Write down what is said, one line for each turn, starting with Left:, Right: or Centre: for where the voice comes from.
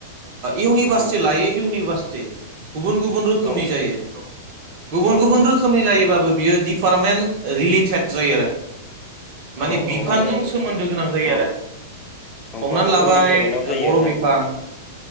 Right: इउनिभारसिटि
Left: औ
Right: लायै इउनिभारसिटि गुबुन गुबुन रोखोमनि
Left: औ
Right: जायो गुबुन
Left: औ
Right: गुबुन रोखोमनि जायोबा बो बियो डिपार्टमेन रिलेटेड जायो आरो। माने
Left: औ
Right: बिफानजों
Left: माने
Right: सोमोन्दो गोनां जायो
Left: औ
Right: आरो।
Left: औ
Right: हमनानै
Left: गावबा
Right: लाबाय
Left: गाव डिपार्टमेन्टाव जायो
Right: ओ बर'
Left: आरोना
Right: बिफान।
Left: नोंथां